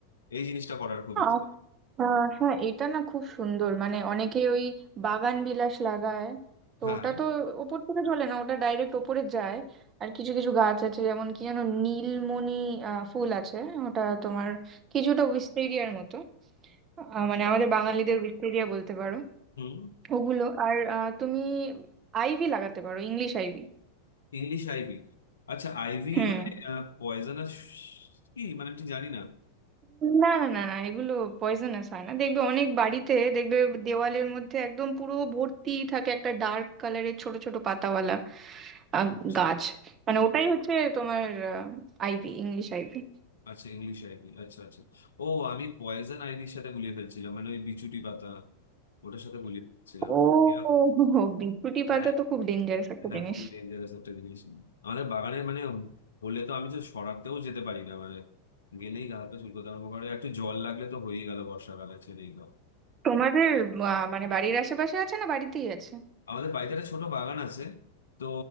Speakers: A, on the left; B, on the right.
A: এই জিনিসটা করার খুব
B: আর
A: ইচ্ছে
B: আহ, হ্যাঁ এটা না খুব সুন্দর মানে অনেকে ওই বাগান বিলাস লাগায় তো
A: হ্যাঁ
B: ওটা তো ওপর থেকে চলে না ওটা ডাইরেক্ট ওপরে যায় আর কিছু কিছু গাছ আছে যেমন কি যেন নীলমণি আহ, ফুল আছে ওটা তোমার কিছুটা উইস্টেরিয়ার মতো আহ,
A: আচ্ছা।
B: মানে আমাদের বাঙালিদের উইস্টেরিয়া বলতে পারো
A: হুম
B: ওগুলো আর আহ, তুমি আইভি লাগাতে পারো ইংলিশ আইভি
A: English ivy আচ্ছা আইভি
B: হুম
A: মানে পয়জনাস কি মানে আমি ঠিক জানি না
B: না না না না এগুলো পয়জনাস হয় না দেখবে অনেক বাড়িতে দেখবে দেওয়ালের মধ্যে একদম পুরো ভর্তি থাকে একটা ডার্ক কালারের ছোট ছোট পাতাওয়ালা আহ,
A: আচ্ছা
B: গাছ মানে ওটাই হচ্ছে তোমার আইভি ইংলিশ আইভি
A: আচ্ছা ইংলিশ আইভি আচ্ছা আচ্ছা ও আমি পয়জন আইভির সাথে গুলিয়ে ফেলছিলাম মানে ওই বিচুটি পাতা ওটার সাথে গুলিয়ে ফেলছিলাম
B: ও
A: এরকম।
B: হো, হো, বিছুটি পাতা
A: হ্যাঁ
B: তো খুব ডেঞ্জারাস একটা
A: হ্যাঁ
B: জিনিস
A: খুবই ডেঞ্জারাস একটা জিনিস আমাদের বাগানে মানে হলে তো আমি তো সরাতেও যেতে পারি না মানে গেলেই গা হাত পা চুলকোতে আরম্ভ করে একটু জল লাগলে তো হয়েই গেল বর্ষাকালে ছেড়েই গেল
B: তোমাদের আহ, মানে বাড়ির আশেপাশে আছে না বাড়িতেই আছে
A: আমাদের বাড়িতে একটা ছোট বাগান আছে তো